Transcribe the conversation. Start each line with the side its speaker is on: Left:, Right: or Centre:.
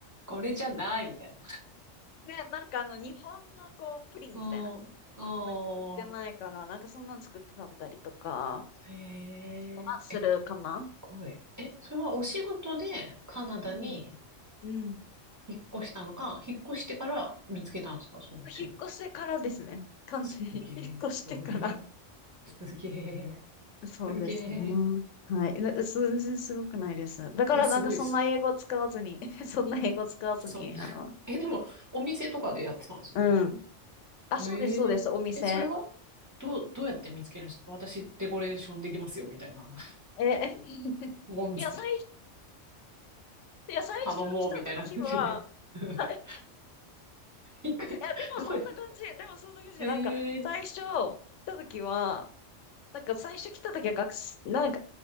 Right: これじゃないみたいな。
Left: ね、なんかあの日本のこう、プリンみたいな、
Right: うん、うん、
Left: なんか売ってないから、なんかそんなの作って食べたりとか、
Right: えー、
Left: はするかな
Right: え、すごい。え、それはお仕事でカナダに
Left: うん。うん。
Right: 引っ越したのか、引っ越してから見つけたんですか、その仕事。
Left: 引っ越してからですね。完全に。
Right: すげえ、
Left: <laughs> 引っ越してから。
Right: すごい。すげえ、
Left: そうですね。
Right: すげえ。
Left: はい。な全然すごくないです。だからなんかそんな英語使わずに、
Right: いや、すごいっす。
Left: <laughs> そんな英語使わずに、
Right: そんな。
Left: あの、
Right: <laughs> え、でも、お店とかでやってたんですよね。
Left: うん。あ、
Right: え
Left: そうです、そうです、お店。
Right: ええ、それはどう、どうやって見つけるんですか私デコレーションできますよ、みたいな。<laughs>
Left: え、<laughs>
Right: もん、
Left: いや、
Right: <laughs>
Left: 最、いや、最初来た時は、
Right: 頼もう、みたいな感じで。<laughs>
Left: はい <laughs> い
Right: 行く。
Left: や、でもそんな感じ。
Right: どうや、
Left: でもそんな感じ。
Right: ええ
Left: なんか、最初来た時は、なんか最初来た時は学生、なんか、